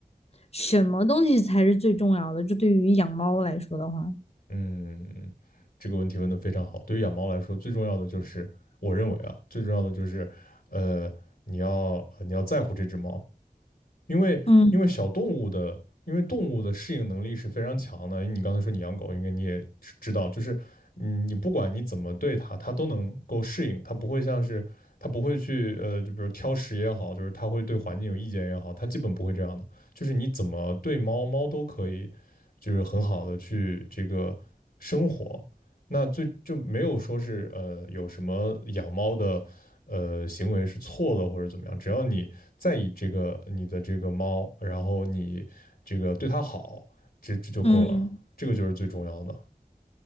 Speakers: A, on the left (about 45°); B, on the left (about 85°).
A: 什么东西才是最重要的？就对于养猫来说的话。
B: 嗯，这个问题问得非常好。对于养猫来说，最重要的就是，我认为啊，最重要的就是，呃，你要呃你要在乎这只猫，因为因为小动物的，
A: 嗯。
B: 因为动物的适应能力是非常强的。你刚才说你养狗，应该你也知知道，就是嗯，你不管你怎么对它，它都能够适应，它不会像是它不会去呃，就比如挑食也好，就是它会对环境有意见也好，它基本不会这样的。就是你怎么对猫，猫都可以，就是很好的去这个生活。那最就没有说是呃有什么养猫的呃行为是错的或者怎么样，只要你在意这个你的这个猫，然后你这个对它好，这这就够了，
A: 嗯，
B: 这个就是最重要的。